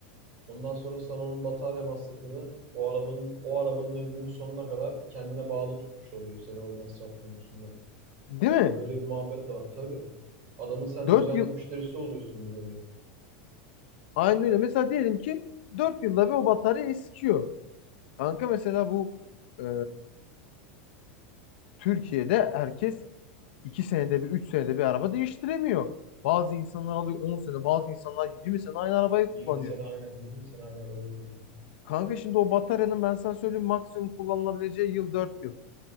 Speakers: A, on the right; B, on the left.
A: Ondan sonra sana onun batarya masrafını o arabanın o arabanın ömrünün sonuna kadar kendine bağlı tutmuş oluyor seni o masraf konusunda.
B: değil mi?
A: Hani böyle bir muhabbet de var tabii. Adamın sen
B: 4
A: düzenli
B: yıl
A: müşterisi oluyorsun bir nevi.
B: aynı öyle. Mesela diyelim ki 4 yılda bir o batarya eskiyor. Kanka mesela bu e, Türkiye'de herkes 2 senede bir 3 senede bir araba değiştiremiyor. Bazı insanlar alıyor 10 sene, bazı insanlar 20 sene aynı arabayı
A: 20
B: kullanıyor.
A: sene aynen 20 sene aynı arabayı kullanıyor.
B: Kanka şimdi o bataryanın ben sana söyleyeyim maksimum kullanılabileceği yıl 4 yıl.